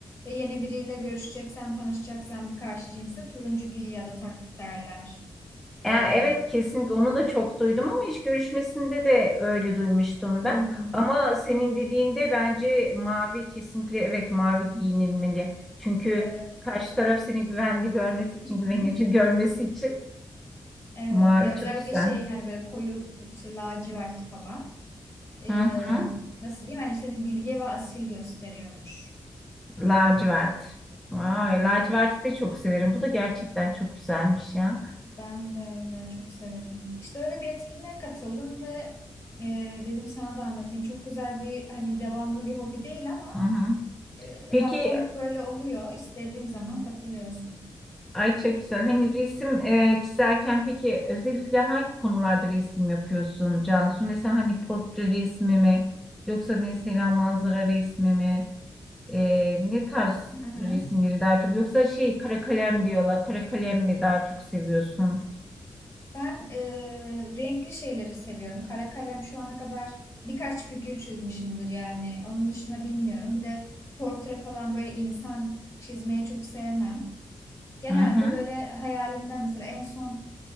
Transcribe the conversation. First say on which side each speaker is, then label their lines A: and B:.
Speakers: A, on the left (about 35°); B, in the centre.
A: Ve yeni biriyle görüşeceksen, tanışacaksan bir karşı cinse turuncu giy ya da tak derler.
B: E,
A: Ee,
B: evet kesinlikle onu da çok duydum ama iş görüşmesinde de öyle duymuştum
A: hmm,
B: ben. Ama senin dediğinde bence mavi kesinlikle evet mavi giyinilmeli. Çünkü
A: evet.
B: karşı taraf seni güvenli görmesi için,
A: Hı
B: güvenilir
A: hı,
B: görmesi için
A: evet.
B: Mavi
A: Ya özellikle
B: çok güzel.
A: şey hani böyle koyu işte lacivert falan. Ee,
B: Hı hı.
A: nasıl diyeyim? Hani seni bilge ve asil gösteriyormuş.
B: Lacivert. Vay,
A: Aynen.
B: laciverti de çok severim. Bu da gerçekten çok güzelmiş ya.
A: Ben de öyle çok severim. İşte öyle bir etkinliğe katıldım ve e, dedim sana da anlatayım. Çok güzel bir hani devamlı bir hobi değil ama
B: Hı hı.
A: e, haftalık
B: Peki
A: böyle oluyor. İstediğin zaman katılıyorsun.
B: ay çok güzel. Hani resim e, çizerken peki özellikle hangi konularda resim yapıyorsun Cansu? Mesela hani portre resmi mi yoksa mesela manzara resmi mi? E, ne tarz
A: Hı hı.
B: resimleri daha çok yoksa şey kara kalem diyorlar. Kara kalem mi daha çok seviyorsun?
A: Ben e, renkli şeyleri seviyorum. Kara kalem şu ana kadar birkaç figür çizmişimdir yani. Onun dışında bilmiyorum. Bir de portre falan böyle insan çizmeyi çok sevmem. Genelde
B: Hı hı.
A: böyle hayalimden mesela en son